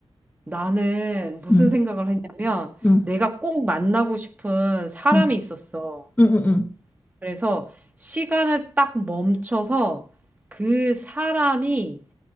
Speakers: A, on the right (about 15°); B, on the left (about 15°).
A: 나는 무슨
B: 응,
A: 생각을 했냐면
B: 응,
A: 내가 꼭 만나고 싶은 사람이
B: 응,
A: 있었어.
B: 응, 응, 응,
A: 그래서 시간을 딱 멈춰서 그 사람이